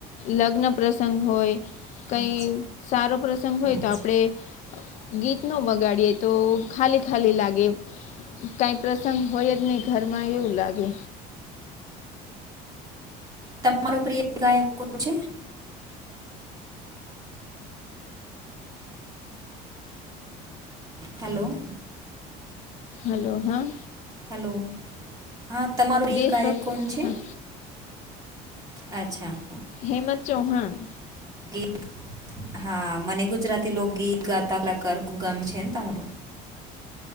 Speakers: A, on the left (about 45°); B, on the right (about 20°).
A: લગ્ન પ્રસંગ હોય
B: છે?
A: કઈ સારો પ્રસંગ હોય
B: હમ.
A: તો આપડે ગીત નો વગાડીએ તો ખાલી ખાલી લાગે એમ. કાઈ પ્રસંગ હોય જ નઈ ઘરમાં એવું લાગે.
B: તમારો પ્રિય ગાયક કોણ છે? હલો.
A: હલો, હા.
B: હલો, હા. તમારો પ્રિય
A: દેશભક્તિ
B: ગાયક કોણ છે?
A: હા
B: અચ્છા.
A: હેમંત ચૌહાણ.
B: <inaudible> હા, મને ગુજરાતી લોકગીત ગાતા કલાકાર <inaudible> ગમ છે <inaudible>